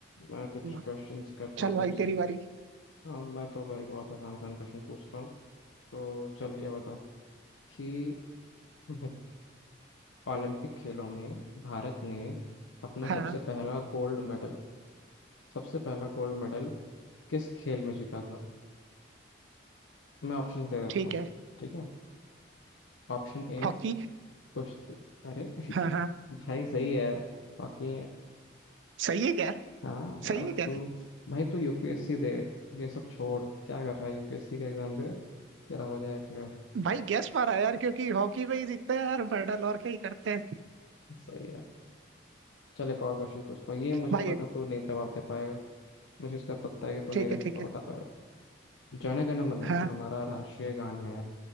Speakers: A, on the left; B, on the right.
A: मैं कुछ
B: हम्म,
A: क्वेश्चंस करता
B: चल
A: हूँ
B: भाई
A: तुमसे
B: तेरी बारी
A: हाँ मैं तो भाई बहुत आसान आसान क्वेश्चन पूछता हूँ तो चल ये बता कि <laughs> ओलंपिक खेलों में भारत ने अपना
B: हाँ
A: सबसे पहला गोल्ड मेडल सबसे पहला गोल्ड मेडल किस खेल में जीता था मैं ऑप्शन दे देता
B: ठीक
A: हूँ
B: है
A: ठीक है ऑप्शन ए
B: हॉकी
A: कुश्ती अरे <laughs>
B: हाँ हाँ
A: भाई सही है बाकी
B: सही है क्या
A: हाँ
B: सही
A: आज
B: है क्या
A: तो भाई तू यूपीएससी दे ये सब छोड़ क्या कर रहा है यूपीएससी का एग्जाम दे तेरा हो जाएगा घर
B: भाई गेस मारा यार क्योंकि हॉकी में ही जीतते हैं यार मेडल और क्या ही करते हैं
A: सही है चल एक और क्वेश्चन पूछता हूँ ये मुझे
B: भाई
A: पता
B: ये-
A: तू नहीं जवाब दे पाएगा मुझे इसका पता है कि तू
B: ठीक
A: नहीं दे-
B: है ठीक है
A: बता पाएगा जन गण मन
B: हाँ
A: जो हमारा राष्ट्रीय गान है